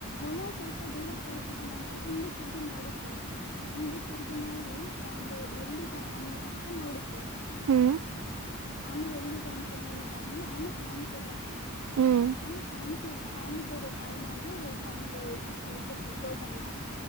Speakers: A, on the left; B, on the right.
A: ಮೊಲ ಸ್ವಲ್ಪ ದೂರ ತಲುಪಿದ ನಂತರ ಇಂದೆ ತಿರುಗಿ ನೋಡುತ್ತೆ. ಇಂದೇ ತಿರುಗಿ ನೋಡಿ ಅಂದ್ರೆ ಎಲ್ಲಿದೆ ಆಮೆ ಅಂತ ನೋಡುತ್ತೆ
B: ಹ್ಮ್
A: ಆಮೆ ಎಲ್ಲಿದೆ ಅಂತ ನೋಡಿದ್ದಾದ್ಮೇಲೆ ಆಮೆ ಕಾಣ್ಸಲ್ಲ
B: ಹ್ಮ್ ಹ್ಮ್ ಹ್ಮ್
A: ಆಮೆ ಕಾಣ್ಸ ಕಾಣಿಸದ ಇರೋ ಕಾರಣ ಅ <unintelligible> ಅಂದೆ ಸ್ವಲ್ಪ ಹೊತ್ತು ಇದ್ದು ಹೋಗೋಣ